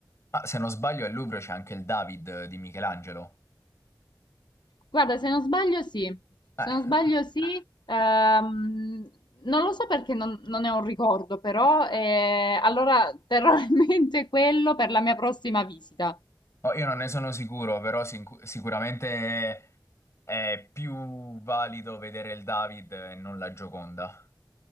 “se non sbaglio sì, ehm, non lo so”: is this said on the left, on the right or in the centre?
Left